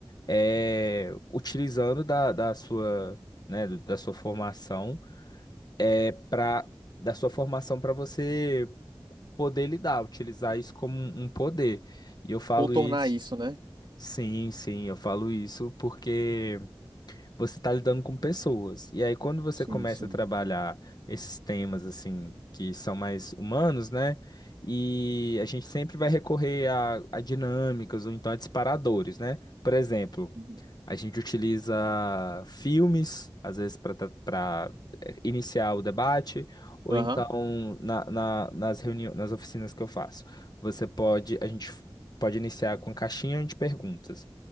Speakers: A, on the left; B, on the right.
A: é, utilizando da, da sua, né, do- da sua formação, é para da sua formação para você poder lidar, utilizar isso como um um poder. E eu falo
B: Contornar
A: isso,
B: isso, né?
A: sim, sim, eu falo isso porque você está lidando com pessoas. E aí quando você
B: Sim,
A: começa
B: sim.
A: a trabalhar esses temas assim que são mais humanos, né? E a gente sempre vai recorrer a, a dinâmicas ou então a disparadores, né? Por exemplo,
B: Uhum.
A: a gente utiliza filmes, às vezes, para iniciar o debate, ou
B: Aham.
A: então na- na- nas reuniões, nas oficinas que eu faço. Você pode, a gente pode iniciar com caixinha de perguntas.